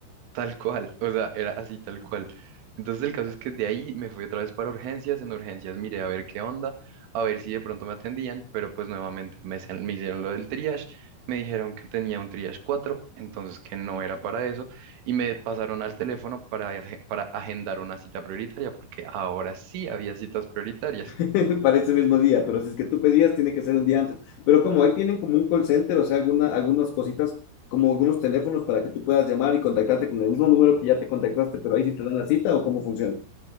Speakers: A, on the right (about 80°); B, on the left (about 80°).
A: tal cual. O sea, era así, tal cual. Entonces el caso es que de ahí me fui otra vez para urgencias. En urgencias miré a ver qué onda, a ver si de pronto me atendían, pero pues nuevamente me, hacían- me hicieron lo del triage. Me dijeron que tenía un triage 4 entonces que no era para eso, y me pasaron al teléfono para, aje- para agendar una cita prioritaria, porque ahora sí había citas prioritarias.
B: <laughs> para ese mismo día, pero si es que tú pedías, tiene que ser un día antes. Pero como ahí tienen como un call center, o sea, alguna, algunas cositas, como algunos teléfonos para que tú puedas llamar y contactarte con el mismo número que ya te contactaste, pero ahí sí te dan la cita o cómo funciona.